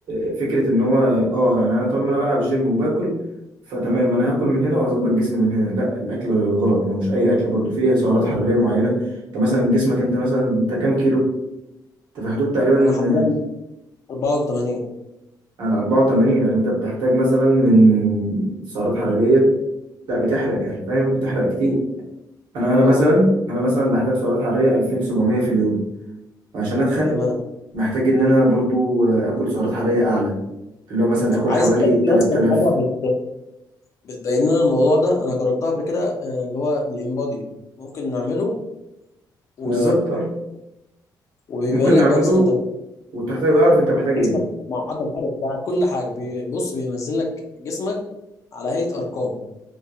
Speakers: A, on the right (about 85°); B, on the left (about 45°).
A: آه، فكرة إن هو أه يعني أنا طول ما أنا بلعب جيم وباكل فتمام أنا هاكل من هنا وأظبط جسمي من هنا لا الأكل غلط ما هو مش أي أكل برضه فيه سعرات حرارية معينة أنت مثلا جسمك أنت مثلا أنت كام كيلو؟ أنت في حدود تقريبا
B: انا حاليا
A: آه،
B: 84
A: عن 84 يعني أنت بتحتاج مثلا من سعرات حرارية لا بتحرق يعني فاهم بتحرق كتير انا انا
B: اه
A: مثلا انا مثلا بحتاج سعرات حراريه 2700 في اليوم وعشان اتخن
B: تمام
A: محتاج ان انا برضو اكل سعرات حراريه اعلى اللي هو مثلا اكل
B: عايز
A: حوالي
B: اقول لك في
A: 3000
B: اصلا حاجه بت بتبين لنا الموضوع ده انا جربتها قبل كده آه، اللي هو الانبادي ممكن نعمله و...
A: بالظبط اه
B: وبيبين
A: ممكن
B: لك
A: نعمله
B: بقى مثلا انت
A: وتحتاج اعرف انت محتاج
B: جسمك
A: ايه
B: معدل الحرق بتاع كل حاجه بي- بص بينزل لك جسمك على هيئه ارقام